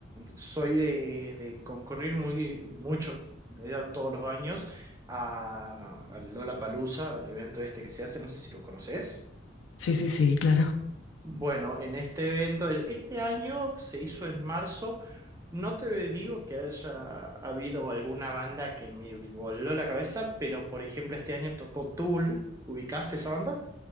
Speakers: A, on the right; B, on the left.
A: soy de, de concurrir muy mucho, en realidad todos los años, a, Lola Lollapalooza, al evento este que se hace, no sé si lo conoces.
B: Sí, sí, sí, claro.
A: Bueno, en este evento, el- este año se hizo en marzo. No te digo que haya habido alguna banda que me voló la cabeza, pero por ejemplo este año tocó Tool. ¿Ubicás esa banda?